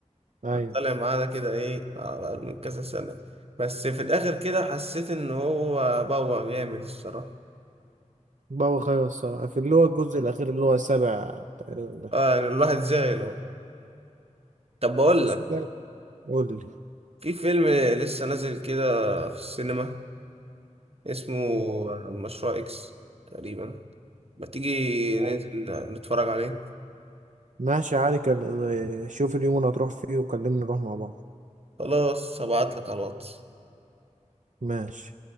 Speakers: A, on the right (about 80°); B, on the right (about 55°).
A: ايوه
B: طلع معانا كده ايه بعد من كذا سنة بس في الآخر كده حسيت إن هو بوع جامد الصراحة
A: بوخ ايوه الصراحة في اللي هو الجزء الأخير اللي هو السابع تقريبا ده
B: اه يعني الواحد زعل والله طب بقول
A: بس
B: لك
A: ده قول لي
B: في فيلم لسه نازل كده في السينما اسمه
A: آه،
B: مشروع إكس تقريبا ما تيجي
A: أيوة.
B: ننزل نتفرج عليه
A: ماشي عادي كان آه، شوف اليوم اللي هتروح فيه وكلمني نروح مع بعض
B: خلاص هبعتلك على الواتس
A: ماشي